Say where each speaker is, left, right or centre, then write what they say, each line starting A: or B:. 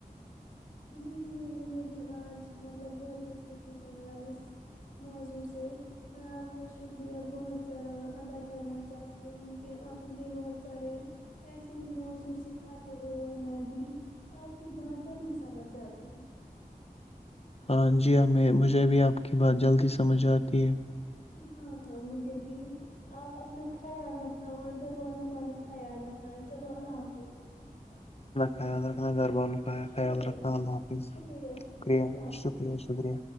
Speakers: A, on the left (about 65°); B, on the left (about 40°).
A: جی جی مجھے بھی آج مطلب بہت کچھ سیکھنے کو ملا اس موضوع سے میں آپ کا شکریہ بہت زیادہ ادا کرنا چاہتی ہوں کہ آپ مجھے بہت سارے ایسے ہی موضوع سکھاتے ہو اور میں بھی آپ کی بات جلدی سمجھ جاتی ہوں
B: ہاں جی مجھے بھی آپ کی بات جلدی سمجھ آتی ہے
A: ا ہاں ہاں مجھے بھی آپ اپنا خیال رکھ س گھر والوں ابق خیال رکھنا ہے چلو اللہ حافظ
B: کھیا رکھنا گر کا
A: شکریہ
B: خیال رکھا اللہ حافظ
A: شکریہ
B: شکریہ
A: اللہ حافظ
B: شکریہ شکریہ